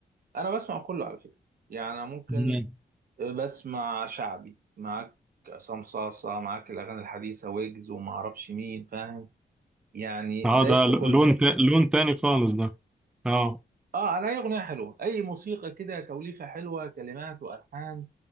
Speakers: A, on the right; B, in the centre.
A: انا بسمع كله على فكره يعني أنا ممكن
B: مم.
A: آه، بسمع شعبي معاك عصام صاصه معاك الاغاني الحديثه ويجز وما اعرفش مين فاهم يعني
B: اه
A: دايس
B: ده
A: في
B: ل-
A: كله
B: لون تا- لون تاني خالص ده اه
A: اه انا اي اغنيه حلوه اي موسيقى كده توليفه حلوه كلمات والحان